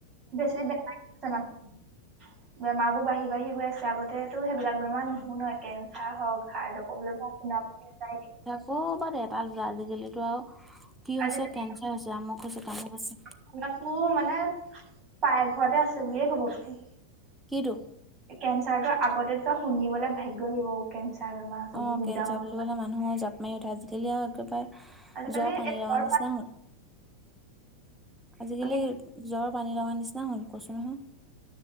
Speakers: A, on the right (about 30°); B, in the centre.
A: বেছি বেমাৰি হৈছে মানুহ। বেমাৰবোৰ বাঢ়ি বাঢ়ি গৈ আছে, আগতেতো সেইবিলাক বেমাৰ নুশুনোৱে কেঞ্চাৰ হওঁক হাৰ্টৰ প্ৰব্লেম হওঁক শুনা পোৱা যায়
B: ক' পৰা দে এটা আজিকালিতো আৰু কি
A: আজিকালি
B: হৈছে কেঞ্চাৰ হৈছে আমুক হৈছে তামুক হৈছে
A: <unintelligible> মানে পায় ঘৰতে আছে বুলিয়ে কব পাৰি।
B: কিতো?
A: কেঞ্চাৰটো আগতে তো শুনিবলৈ ভাগ্য লাগিব। অ' কেঞ্চাৰ বেমাৰ। হৈছে
B: অ,
A: বহুত
B: ' কেঞ্চাৰ
A: ডাঙৰ বেমাৰ
B: বুলি ক'লে মানুহে জাপ মাৰি উঠে আজিকালি আৰু একেবাৰে
A: আজিকালি
B: জ্বৰ পানী
A: এই
B: লগা
A: ঘৰ
B: নিচিনা হল। আজিকালি
A: মানে
B: জ্বৰ পানী লগাৰ নিচিনা হল কইচো নহয়